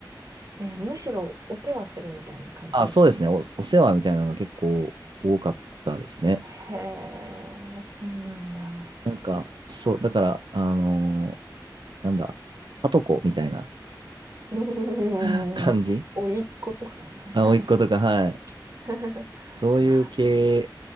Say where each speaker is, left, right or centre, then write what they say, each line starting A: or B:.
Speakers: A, on the right (about 40°); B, on the right (about 75°).
A: え、むしろお世話するみたいな感じですか
B: あ、そうですね。お、お世話みたいなのが結構多かったですね。
A: へえ、そうなんだ。
B: なんか、そう、
A: <laughs>
B: だから、あのーなんだ、はとこみたいな
A: うんおいっ子とか、
B: <laughs> 感じ
A: <laughs> なるほど。
B: あ、甥っ子とか、はい。
A: <laughs>
B: そういう系
A: ああ、そ